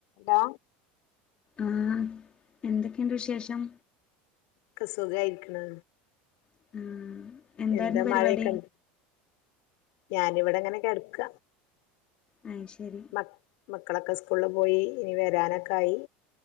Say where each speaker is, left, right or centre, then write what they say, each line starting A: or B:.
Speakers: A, on the left; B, on the left.
A: ടാ
B: ആഹ് എന്തൊക്കെയുണ്ട് വിശേഷം?
A: ഒക്കെ സുഖായിരിക്ക്‌ണ്
B: ആഹ് എന്തായിരുന്നു
A: എന്താ
B: പരിപാടി
A: മഴ ഒക്കെണ്ട് ഞാനിവിടെങ്ങനെ കെടക്ക
B: അഹ് ശരി
A: മ മക്കളൊക്കെ സ്കൂളില് പോയി ഇനി വരാനൊക്കായി